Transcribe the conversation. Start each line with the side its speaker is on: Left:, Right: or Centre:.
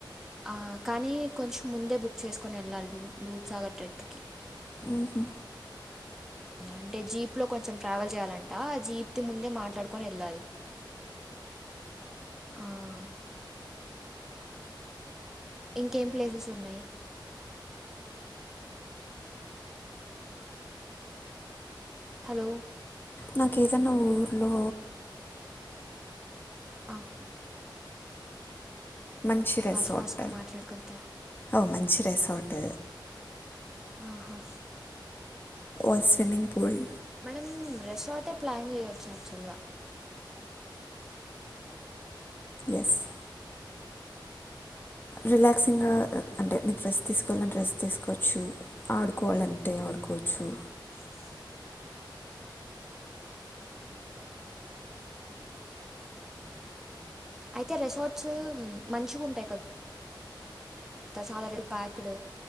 Centre: ఆ కానీ కొంచెం ముందే బుక్ చేసుకొని వెళ్ళాలి దూద్ సాగర్ ట్రెక్ కి
Left: ఉహు
Centre: అంటే జీప్లో కొంచెం ట్రావెల్ చేయాలంట ఆ జీప్ ముందే మాట్లాడుకొని వెళ్ళాలి ఆ, ఇంకేం ప్లేసెస్ ఉన్నాయి హలో
Left: నాకు ఏదన్న ఊర్లో
Centre: ఆ,
Left: మంచి రెసార్ట్
Centre: ఫాస్ట్ ఫాస్ట్గా మాట్లాడు కవిత
Left: ఓ మంచి రెసార్ట్
Centre: ఆహా
Left: ఓ స్విమింగ్ పూల్
Centre: మేడం రెసార్టే ప్లాన్ జేయొచ్చు యాక్చువల్ గా
Left: ఎస్ రిలాక్సింగ్గా అంటే నీకు రెస్ట్ తీసుకోవాలంటే రెస్ట్ తీసుకోవచ్చు ఆడుకోవాలంటే ఆడకో కుచ్చు
Centre: అ అయితే రెసార్ట్స్ మంచిగా ఉంటాయి కదా తసాదరల్ ప్యాక్డ్